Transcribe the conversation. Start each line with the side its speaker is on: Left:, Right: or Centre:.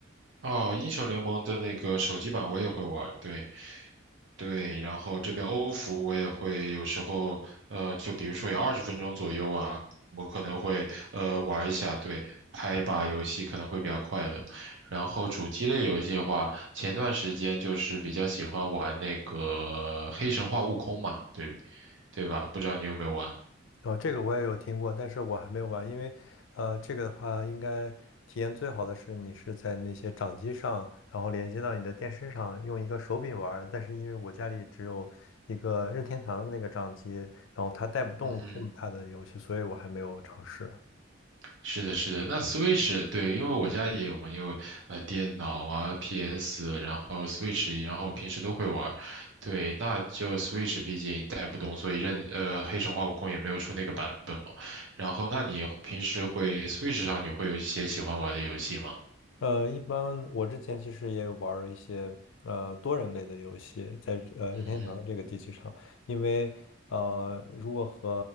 Right: 哦，英雄联盟的那个手机版我也会玩对对。然后这边欧服我也会，有时候呃，就比如说有二十分钟左右啊，我可能会呃玩一下，对，拍一把游戏可能会比较快乐。然后主机类游戏的话，前段时间就是比较喜欢玩那个《黑神话：悟空》嘛，对对吧？不知道你有没有玩？
Left: 哦，这个我也有听过，但是我还没有玩，因为，呃，这个的话，应该体验最好的是你是在那些掌机上，然后连接到你的电视上，用一个手柄玩儿但是因为我家里只有一个任天堂的那个掌机，然后它带不动这么大的游戏，
Right: 嗯哼。
Left: 所以我还没有尝试。
Right: 是的，是的，那 Switch 对，因为我家也有嘛，因为呃电脑啊、PS，然后 Switch，然后我平时都会玩儿对，那就 Switch 毕竟带不动，所以任呃黑神话悟空也没有出那个版本嘛。然后，那你平时会 Switch 上你会有一些喜欢玩的游戏吗？
Left: 呃，一般我之前其实也有玩儿一些呃多人类的游戏，在呃任天堂的这个机器上，
Right: 嗯哼。
Left: 因为呃如果和